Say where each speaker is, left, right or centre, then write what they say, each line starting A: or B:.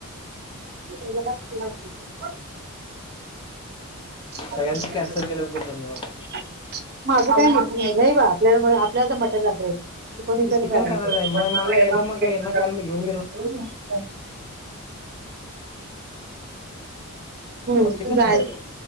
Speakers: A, on the right; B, on the left.
A: केा किंवा क्रिकेट <unintelligible> माझं
B: सगळ्यांचे कॅन्सल
A: कांहीं
B: केल्याबद्दल धन्यवाद
A: नाहीं बां आपल्यांला लंच मटंन
B: मी चिकन
A: रहाते
B: खाणार नाही मग मला
A: आहे
B: याला मग यांना काल
A: तेणी
B: मी घेऊन
A: <unintelligible> हम्म,
B: मंग चिंकन
A: जाय
B: खांयला ये